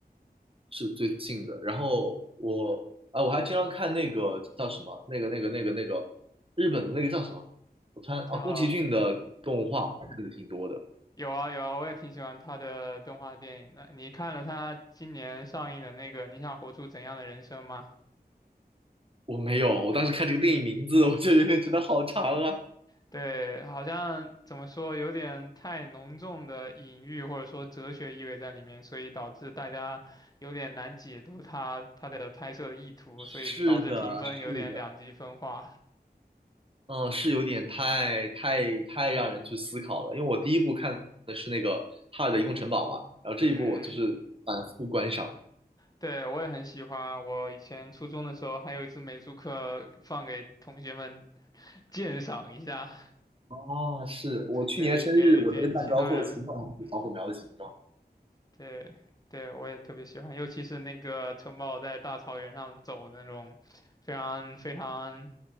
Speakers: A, on the right; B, on the left.
A: 是最近的。然后我啊、我还经常看那个叫什么，那个那个那个那个日本的那个叫什么，我突然啊，
B: 叫
A: 宫崎骏的动画看的挺多的。
B: 有啊有啊，我也挺喜欢他的动画电影的。你看了他今年上映的那个《你想活出怎样的人生》吗？
A: 我没有，我当时看这个电影名字，我就有点觉得好长啊。
B: 对，好像怎么说，有点太浓重的隐喻或者说哲学意味在里面，所以导致大家有点难解读它它的拍摄的意图，所以导致评分有点两极分化。
A: 是的，是的，嗯，是有点太太太让人去思考了。因为我第一部看的是那个《哈尔的移动城堡》嘛，然后这一部我就是反复观赏。
B: 嗯，对，我也很喜欢。我以前初中的时候还有一次美术课放给同学们鉴赏一下，
A: 哦，是我去年生日，
B: 给给给其他人。
A: 我那个蛋糕做的形状就是小火苗的形状。
B: 嗯，对对，我也特别喜欢，尤其是那个城堡在大草原上走那种非常非常。